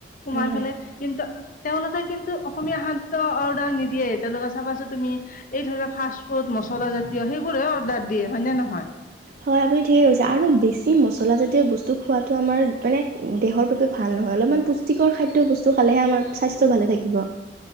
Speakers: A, on the left; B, on the right.
A: সোমাই
B: হয় হয়
A: ফালে কিন্তু তেওঁলোকে কিন্তু অসমীয়া খাদ্য অৰ্ডাৰ নিদিয়ে তেওঁলোকে চাবাচোন তুমি এই ধৰক ফাষ্ট ফুড মছ মছলা জাতীয় সেইবোৰে অৰ্ডাৰ দিয়ে হয় নে নহয়।
B: হয় আপুনি ঠিকে কৈছে আৰু বেছি মছলা জাতীয় বস্তু খোৱাটো আমাৰ মানে দেহৰ বাবে ভা ভাল নহয় অলপমান পুষ্টিকৰ খাদ্য বস্তু খালেহে আমাৰ স্বাস্থ্য ভালে থাকিব।